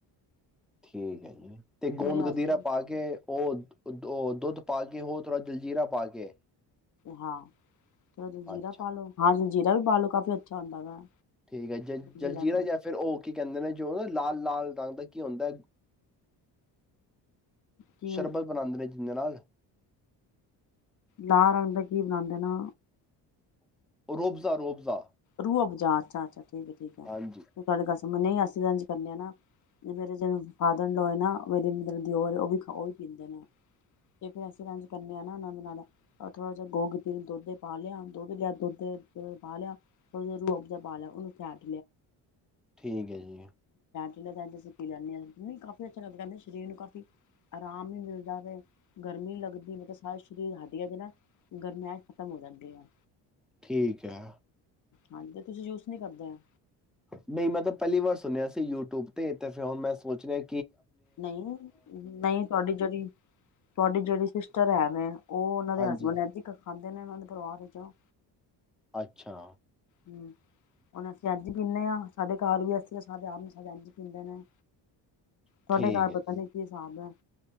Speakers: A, in the centre; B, on the left.
A: ਠੀਕ ਹੈ ਜੀ। ਤੇ ਗੋਂਦ
B: ਮੇਰੇ ਹਸਬੈਂਡ
A: ਗਦੀਰਾ ਪਾ ਕੇ ਉਹ। ਉਹ ਦੁੱਧ ਪਾ ਕੇ ਹੋਰ ਥੋੜ੍ਹਾ ਜਲਜੀਰਾ ਪਾ ਕੇ।
B: ਹਾਂ। ਜੀਰਾ
A: ਅੱਛਾ
B: ਪਾ ਲੋ ਹਾਂਜੀ। ਜੀਰਾ ਵੀ ਪਾ ਲੋ ਕਾਫੀ ਅੱਛਾ ਹੁੰਦਾ ਵਾ।
A: ਠੀਕ ਹੈ ਜ
B: ਜੀਰਾ
A: ਜਲਜੀਰਾ
B: ਤੇ
A: ਜਾਂ ਫਿਰ ਉਹ ਕੀ ਕਹਿੰਦੇ ਨੇ ਜੋਅਰ ਲਾਲ ਲਾਲ ਰੰਗ ਦਾ ਕੀ ਹੁੰਦਾ ਹੈ।
B: ਕੀ
A: ਸ਼ਰਬਤ ਬਣਾਉਂਦੇ ਨੇ। ਜਨਾਬ
B: ਲਾਲ ਰੰਗ ਦਾ ਕੀ ਬਣਾਉਦੇ ਨੇ
A: ਰੂ ਆਫ ਜਾ ਰੂ ਆਫ ਜਾ
B: ਰੂਹ ਅਫਜਾ ਅੱਛਾ ਅੱਛਾ ਠੀਕ ਹੈ ਠੀਕ ਹੈ
A: ਹਾਂਜੀ
B: ਗੱਲ ਸਮਝ ਨਹੀਂ ਆਈ ਲੰਚ ਕਰ ਲੈਣਾ ਨਾ ਮੇਰੇ ਜਿਹੜੇ ਫਾਦਰ ਇਨ ਲੋ ਤੇ ਨਾਲੇ ਮੇਰੇ ਅ ਨਾ ਦਿਓਰ ਉਹ ਵੀ ਉਹਵੀ ਪੀਂਦੇ ਨੇ ਤੇ ਫੇਰ ਵੀ ਅਸੀਂ ਕੱਲ ਮੈਂ ਨਾ ਨਾਨਣ ਦੇ ਨਾਲ ਥੋੜ੍ਹਾ ਜਿਹਾ ਗੂੰਦ ਕਤੀਰਾ ਦੁੱਧ ਪਾ ਲਿਆ ਦੁੱਧ ਜਾ ਦੁੱਧ ਪਾ ਲਿਆ ਉਹਦੇ ਵਿੱਚ ਰੂਹ ਅਫਜਾ ਪਾ ਲਿਆ ਉਹਨੂੰ ਫੈਂਟ ਲਿਆ
A: ਠੀਕ ਹੈ ਜੀ।
B: ਮੈਂ ਤਾਂ ਐਵੇਂ ਹੀ ਸੁੱਕੀ ਜਾਨੀ ਆ ਨਹੀਂ ਕਾਫੀ ਅੱਛਾ ਲੱਗਦਾ ਸਰੀਰ ਨੂੰ ਬਹੁਤ ਆਰਾਮ ਵੀ ਮਿਲਦਾ ਜਾਂਦਾ ਹੈ। ਗਰਮੀ ਲੱਗਦੀ ਹੈ ਮੇਰੇ ਸਾਰੇ ਸਰੀਰ ਦੀਆਂ ਹੱਡੀਆਂ ਵਿੱਚ ਗਰਮੈਸ਼ ਖਤਮ ਹੋ ਜਾਂਦੀ ਆ।
A: ਠੀਕ ਹੈ
B: ਹਾਂਜੀ ਤੇ ਤੁਸੀਂ ਯੂਜ ਨਹੀਂੀ ਕਰਦੇ ਆ
A: ਨਹੀਂ ਮਤਲਬ ਪਹਿਲੀ ਵਾਰ ਸੁਣਿਆ ਸੀ ਯੂਟਿਊਬ ਤੇ ਤੇ ਫਿਰ ਹੁਣ ਮੈਂ ਸੋਚ ਰਿ
B: ਨਹੀਂ ਨਹੀਂ ਤੁਹਾਡੀ ਜਿਹੜੀ ਤੁਹਾਡੀ ਜਿਹੜੀ ਸਿਸਟ ਚਰਿਆ ਨੇ ਉਹ ਉਹਨਾਂ ਦੇ
A: ਹਾਂਜੀ
B: ਹੈਸਬੈਂਡ ਖਾਂਦੇ ਨੇ ਉਹਨਾਂ ਦੇ ਪਰਿਵਾਰ ਵਿੱਚੋਂ
A: ਅੱਛਾ।
B: ਹੂੰ। ਹੁਣ ਅਸੀਂ ਅੱਜ ਪੀਂਨੇ ਆਂ। ਸਾਡੇ ਘਰ ਵੀ ਐਸੀਂ ਸਾਡੇ ਆਰ ਨੂੰ ਸਾਡੇ ਇੰਝ ਪੀਂਦੇ ਨੇ
A: ਠੀਕ
B: ਤੁਹਾਡੇ ਘਰ
A: ਹੈ ਜੀ।
B: ਪਤਾ ਨੀ ਕੀ ਹਿਸਾਬ ਹੈ।